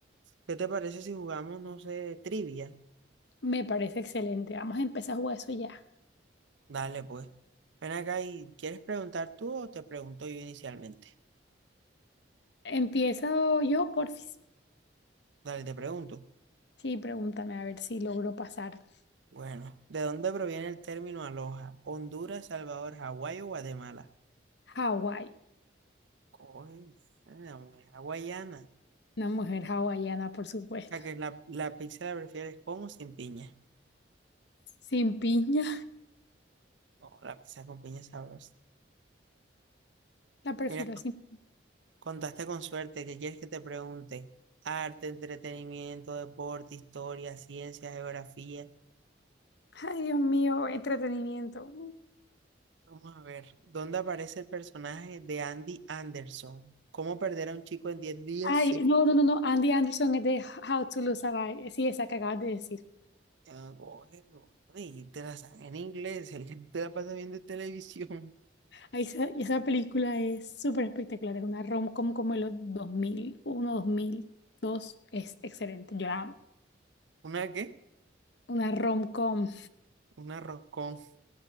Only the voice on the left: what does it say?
Me parece excelente. Vamos a empezar a jugar eso ya.
Empiezo yo, porfis.
Sí, pregúntame a ver si logro pasar.
Hawái.
Una mujer hawaiana, por supuesto.
Sin piña.
La prefiero
sin.
Ay, Dios mío, entretenimiento.
Ay,
no, no, no, no. Andy Anderson es de How to Lose a Guy. Sí, esa que acabas de decir.
Ahí esa, esa película es súper espectacular. Es una rom-com como de los dos dos mil uno, dos mil dos, Es excelente. Yo la amo.
Una rom-com.